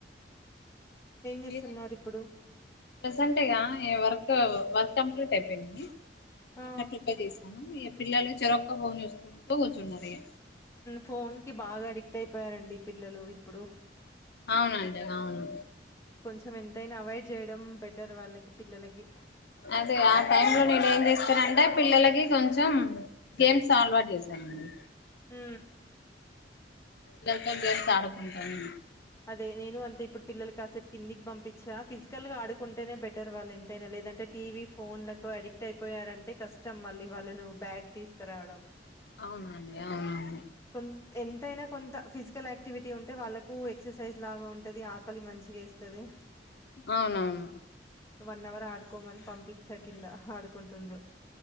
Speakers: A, on the left (about 15°); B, on the left (about 65°).
A: చేస్తున్నారు
B: మీర
A: ఇప్పుడు
B: ప్రెసెంటట్గా వర్క్ వర్క్ కంప్లీట్ అయిపోయింది గన్నర్
A: ఆ
B: ప్రిపేర్ చేశాను ఈ పిల్లలు చెరక్క బోని చూసుకుంటూ కూర్చున్నారు ఇ
A: ఫోన్ కి బాగా అడిక్ట్ అయిపోయారండి పిల్లలు ఇప్పుడు
B: అవునండి అవును
A: స ఎంతైనా అవాయిడ్ చేయడం బెటర్ వాళ్ళకి పిల్లలకి
B: అదే ఆ టై లో నేను ఏం తెస్తాంటే పిల్లలకి కొంచెం గేమ్స్ అలవాటు చేశానండి
A: హ
B: గంట గేమ్స్ ఆడుకుంటారు
A: అదే నేను అంత ఇప్పుడు పిల్లలు కాసేపు కిందికి పంపించ ఫిజికల్ గా ఆకుంటేనే బెటర్ వాళ్ళు ఎంతైనా లేదంటే టీవీ ఫోన్లకు అడిక్ట్ అయిపోయారంటే కష్టం మళ్ళీ వాళ్ళను బ్యాగ్ తీసుకురావడం
B: అవునండి అవును
A: ప ఎంతైనా కొంత ఫిజికల్ యాక్టివిటీ ఉంటే వాళ్ళకు ఎక్సర్సైజ్ లాగా ఉంటది ఆకలి మంచిగా ఏస్తది
B: అవునవును
A: వన్ అవర్ ఆడుకోమని పంపించా కింద ఆడుకుంటుండ్రు